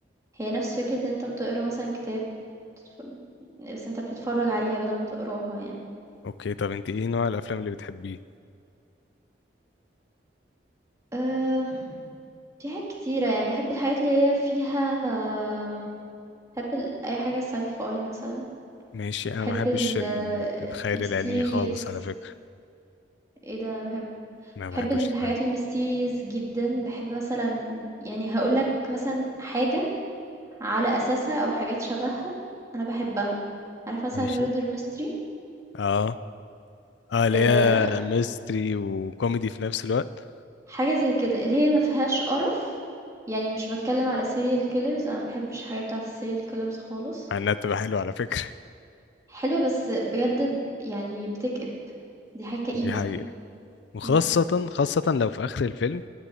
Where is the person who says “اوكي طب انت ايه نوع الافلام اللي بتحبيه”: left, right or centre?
Left